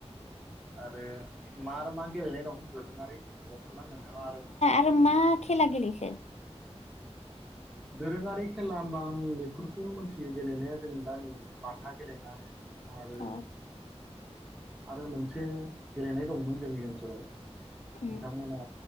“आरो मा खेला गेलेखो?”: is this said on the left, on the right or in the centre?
Left